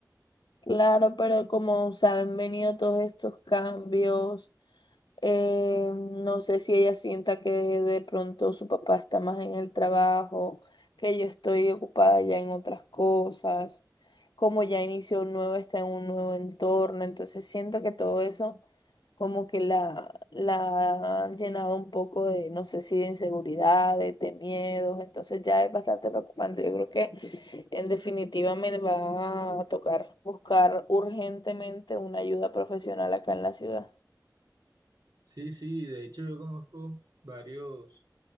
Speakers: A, on the left; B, on the right.
A: Claro, pero como se han venido todos estos cambios, eh, no sé si ella sienta que de pronto su papá está más en el trabajo, que yo estoy ocupada ya en otras cosas, como ya inició un nuevo, está en un nuevo entorno, entonces siento que todo eso como que la, la han llenado un poco de, no sé si de inseguridades, de miedos, entonces ya es bastante preocupante. Yo creo que en definitiva me va a tocar buscar urgentemente una ayuda profesional acá en la ciudad.
B: Sí, sí, de hecho yo conozco varios